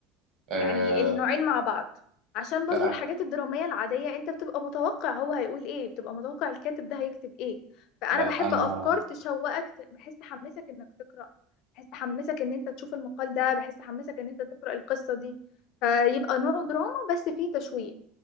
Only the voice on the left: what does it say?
يعني النوعين مع بعض عشان برضو
الحاجات الدرامية العادية انت بتبقى متوقع هو هيقول ايه بتبقى متوقع الكاتب ده هيكتب ايه فانا
بحب
افكار تشوقك ت- بحيث تحمسك انك تقرأ بحيث تحمسك ان انت تشوف المقال ده بحيث تحمسك ان انت تقرأ القصة دي فيبقى نوعه دراما بس فيه تشويق